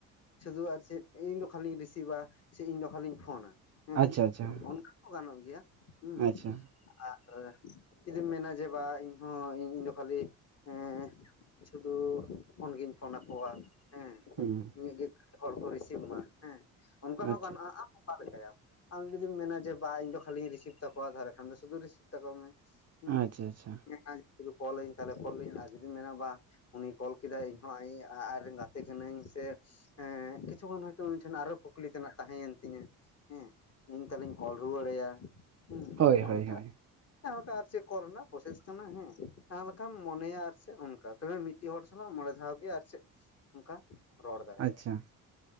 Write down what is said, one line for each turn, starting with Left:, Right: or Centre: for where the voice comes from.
Left: ᱥᱩᱫᱩ ᱟᱨ ᱪᱮᱫ ᱤᱧ ᱫᱚ ᱠᱷᱟᱱᱞᱤᱧ ᱨᱤᱥᱤᱵᱷᱟ ᱥᱮ ᱤᱧ ᱫᱚ ᱠᱷᱟᱱᱤᱧ ᱯᱷᱳᱱᱟ᱾ ᱦᱮᱸ
Right: ᱟᱪᱪᱷᱟ ᱟᱪᱪᱷᱟ
Left: ᱚᱱᱠᱟ ᱦᱚᱸ ᱜᱟᱱᱚᱜ ᱜᱮᱭᱟ ᱦᱮᱸ᱾
Right: ᱟᱪᱪᱷᱟ
Left: ᱟᱨ ᱡᱩᱫᱤᱢ ᱢᱮᱱᱟ ᱡᱮ ᱵᱟ ᱤᱧᱦᱚᱸ ᱤᱧ ᱫᱚ ᱠᱷᱟᱹᱞᱤ ᱮ ᱥᱩᱫᱩ ᱯᱷᱚᱱᱜᱤᱧ ᱯᱷᱳᱱ ᱟᱠᱚᱣᱟ ᱦᱮᱸ᱾
Right: ᱦᱩᱸ
Left: ᱤᱧᱟᱹᱜ ᱜᱮ ᱦᱚᱲ ᱠᱚ ᱨᱤᱥᱤᱵᱷᱢᱟ ᱦᱮᱸ ᱚᱱᱠᱟ ᱦᱚᱸ
Right: ᱟᱪᱪᱷᱟ
Left: ᱜᱟᱱᱚᱜᱼᱟ᱾ ᱚᱠᱟ ᱞᱮᱠᱟᱭᱟᱢ ᱟᱢ ᱡᱩᱫᱤᱢ ᱢᱮᱱᱟ ᱡᱮ ᱵᱟᱝ ᱤᱧ ᱫᱚ ᱠᱷᱟᱹᱞᱤᱧ ᱨᱤᱥᱤᱵᱷ ᱛᱟᱠᱚᱣᱟ ᱛᱟᱦᱚᱞᱮ ᱠᱷᱟᱱ ᱫᱚ ᱥᱩᱫᱩ ᱨᱤᱥᱤᱵᱷ ᱛᱟᱠᱚ ᱢᱮ ᱦᱩᱸ
Right: ᱟᱪᱪᱷᱟ ᱟᱪᱪᱷᱟ
Left: <unintelligible> ᱠᱚᱞ ᱟᱹᱧ ᱛᱟᱦᱮ ᱠᱚᱞ ᱟᱹᱧ ᱡᱩᱫᱤᱢ ᱢᱮᱱᱟ ᱵᱟ ᱩᱱᱤ ᱠᱚᱞ ᱠᱮᱫᱟᱭ ᱤᱧᱦᱚᱸ <unintelligible> ᱟᱡᱨᱮᱱ ᱜᱟᱛᱮ ᱠᱟᱹᱱᱟᱹᱧ ᱥᱮ ᱦᱮᱸ ᱠᱤᱪᱷᱩ ᱜᱟᱱ ᱦᱚᱭᱛᱳ ᱤᱧ ᱴᱷᱮᱱ ᱟᱨᱚ ᱠᱩᱠᱞᱤ ᱛᱮᱱᱟᱜ ᱛᱟᱦᱮᱸᱭᱮᱱ ᱛᱤᱧᱟᱹ᱾ ᱦᱮᱸ ᱤᱧ ᱛᱟᱦᱚᱞᱮᱧ ᱠᱚᱞ ᱨᱩᱣᱟᱹᱲ ᱟᱭᱟ ᱦᱮᱸ
Right: ᱦᱳᱭ ᱦᱳᱭ
Left: ᱚᱱᱠᱟ᱾
Right: ᱦᱳᱭ
Left: ᱡᱟᱸᱦᱟᱞᱮᱠᱟ ᱟᱨ ᱪᱮᱫ ᱠᱚᱞ ᱨᱮᱱᱟᱜ ᱯᱨᱚᱥᱮᱥ ᱠᱟᱱᱟ ᱦᱮᱸ ᱡᱟᱦᱟᱸ ᱞᱮᱠᱟᱢ ᱢᱚᱱᱮᱭᱟ ᱟᱨ ᱪᱮᱫ ᱚᱱᱠᱟ᱾ ᱛᱚᱵᱮ ᱢᱤᱫᱴᱤᱡ ᱦᱚᱲ ᱥᱟᱞᱟᱜ ᱢᱚᱬᱮ ᱫᱷᱟᱣ ᱜᱮ ᱟᱨ ᱪᱮᱫ ᱚᱱᱠᱟ ᱨᱚᱲ ᱫᱟᱲᱮᱭᱟᱜᱼᱟ᱾
Right: ᱟᱪᱪᱷᱟ